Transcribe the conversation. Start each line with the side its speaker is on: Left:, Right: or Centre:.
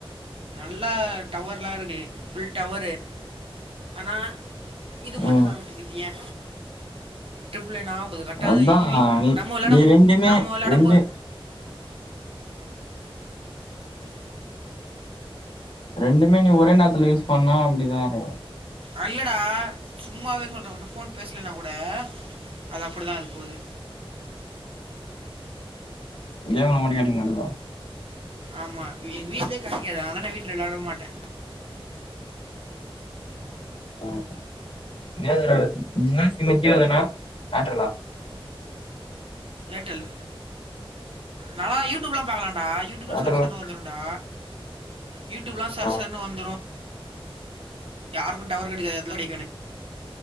Right: நல்லா டவர்லா இருக்கு ஃபுல் டவரு ஆனா இது மட்டு
Left: ம்
Right: வர மாட்டுங்குது ஏ டிப்ளேனா இப்ப கரெக்டா
Left: அதா
Right: என்வி
Left: நீ
Right: நம்ம வெளயாட
Left: நீ ரெண்டுமே
Right: நம்ம வெளயாடும்
Left: ரெண்டு
Right: போது ப்
Left: ரெண்டுமே நீ ஒரே நேரத்துல யூஸ் பண்ணா அப்டிதா இருக்கு
Right: அல்லடா சும்மாவே சொல்ற வந்து ஃபோன் பேசலன்னா கூட அது அப்டி தா அது போது
Left: ஏ வந்து அடிக்க மாட்டேங்குறா
Right: ஆமா வீட்ல கெடைக்காது அதனால தா வீட்ல வெளையாட மாட்டே
Left: <unintelligible>
Right: ஏர்டெல் நல்லா யூடியூப்லா பாக்கலான்டா யூ டியூப்
Left: ஏர்டெல்லா
Right: சர் சர்னு வந்துருன்டா யூடியூப்லா சர்
Left: ஆ
Right: சர்னு வந்துரு யாருக்கு டவர் கெடைக்காதயெடத்துல கெடைக்கு எனக்